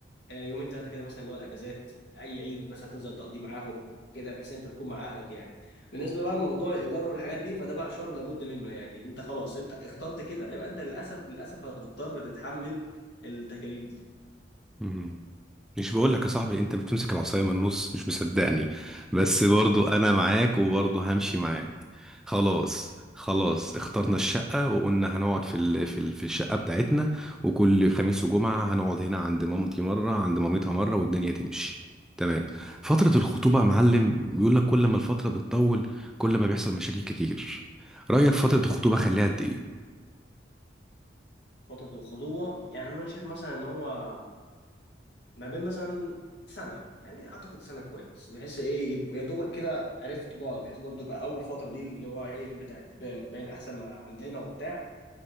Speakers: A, on the left; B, in the centre.
A: آه، يومين ثلاثه كده مثلا اللي هو الاجازات اي عيد مثلا تنزل تقضيه معاهم كده بحيث ان انت تكون مع اهلك يعني بالنسبه بقى لموضوع الايجار والحاجات دي فده بقى شر لابد منه يعني انت خلاص انت اخترت كده يبقى انت للاسف للاسف هتضطر تتحمل التكاليف دي
B: مم. مش بقول لك يا صاحبي انت بتمسك العصاية من النص مش مصدقني بس برضو انا معاك وبرضو همشي معاك خلاص خلاص اخترنا الشقة وقلنا هنقعد في ال... في ال... في الشقة بتاعتنا وكل خميس وجمعة هنقعد هنا عند مامتي مرة عند مامتها مرة والدنيا تمشي تمام فترة الخطوبة يا معلم بيقول لك كل ما الفترة بتطول كل ما بيحصل مشاكل كتير رأيك فترة الخطوبة خليها قد
A: فتره الخطوبه يعني انا شايف مثلا ان هو ما بين مثلا سنه يعني اعتقد سنه كويس بحيث ايه يبقوا يا دوبك كده عرفتوا بعض بحيث برضو يبقى اول فتره دي اللي هو ايه بتاعت باين باين احسن ما عندنا وبتاع